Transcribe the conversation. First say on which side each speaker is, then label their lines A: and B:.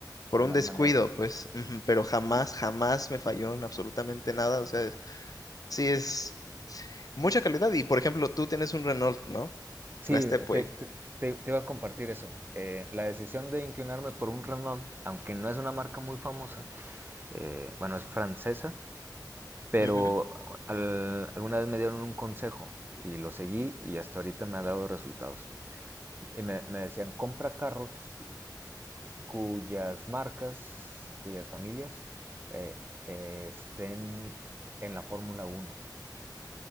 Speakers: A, on the left; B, on the right.
A: por un
B: mal
A: descuido,
B: manejo.
A: pues, ujú, pero jamás, jamás me falló en absolutamente nada, o sea, es- sí es mucha calidad y, por ejemplo, tú tienes un Renault, ¿no?
B: Sí,
A: La Stepway.
B: te, te, te- te iba a compartir eso. Eh, la decisión de inclinarme por un Renault, aunque no es una marca muy famosa, eh, bueno, es francesa, pero
A: Ujú,
B: al- alguna vez me dieron un consejo y lo seguí y hasta ahorita me ha dado resultados. Y me, me decían, compra carros cuyas marcas, cuyas familias eh, eh, estén en la Fórmula Uno.